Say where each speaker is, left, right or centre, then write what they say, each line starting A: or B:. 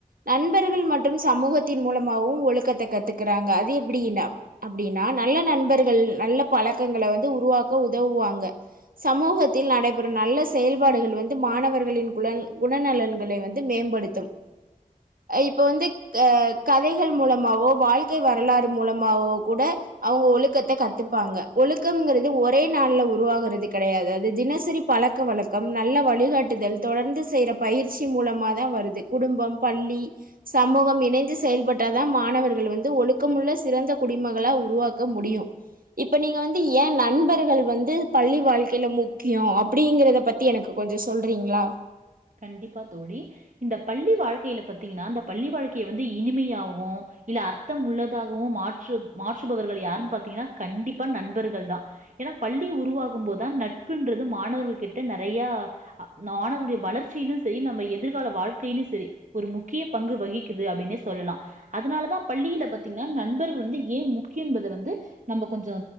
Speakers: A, on the right; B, on the right.
A: நண்பர்கள் மற்றும் சமூகத்தின் மூலமாவு ஒழுக்கத்த கத்துக்குறாங்க அது எப்டின்னா அப்டினா நல்ல நண்பர்கள் நல்ல பழக்கங்கள வந்து உருவாக்க உதவுவாங்க சமூகத்தில் நடைபெறும் நல்ல செயல்பாடுகள் வந்து மாணவர்களின் குலண் குணநலன் களை வந்து மேம்படுத்தும் இப்போ வந்து க கதைகள் மூலமாவோ வாழ்க்கை வரலாறு மூலமாவோ கூட அவுங்க ஒழுக்கத்த கத்துப்பாங்க ஒழுக்கமுங்கறது ஒரே நாளில உருவாகறது கடையாது அது தினசெரி பழக்க வழக்கம் நல்ல வழிகாட்டுதல் தொடர்ந்து செய்ற பயிற்சி மூலமாதா வருது குடும்பம் பள்ளி சமூகம் இணைந்து செயல்பட்டாதா மாணவர்கள் வந்து ஒழுக்கமுள்ள சிறந்த குடிமகளா உருவாக்க முடியு இப்ப நீங்க வந்து எ நண்பர்கள் வந்து பள்ளி வாழ்க்கைல முக்கியோ அப் அப்டிங்கறத பத்தி எனக்கு கொஞ்சோ சொல்றீங்ளா
B: கண்டிப்பா தோழி இந்த பள்ளி வாழ்க்கைல பாத்தீங்கன்னா இந்த பள்ளி வாழ்க்கைய வந்து இனிமையாவு இல்ல அர்த்தம் உள்ளதாகவு மாற்று மாற்றுபவர்கள் யாருன் பாத்தீங்கன்னா கண்டிப்பா நண்பர்கள்தா எனா பள்ளி உருவாகும்போத்தா நட்புன்றது மாணவர்கள்கிட்ட நறைய நாணருடைய வளர்ச் சிலு சேரி நம்ம எதிர்கால வாழ்க்கைலயு சேரி ஒரு முக்கிய பங்கு வகிக்குது அப்டின்னே சொல்லலா அதுனாலதா பள்ளில பாத்தீங்கன்னா நண்பர்கள் வந்து ஏ முக்கியோ என்பத வந்து நம்ம கொஞ்சோ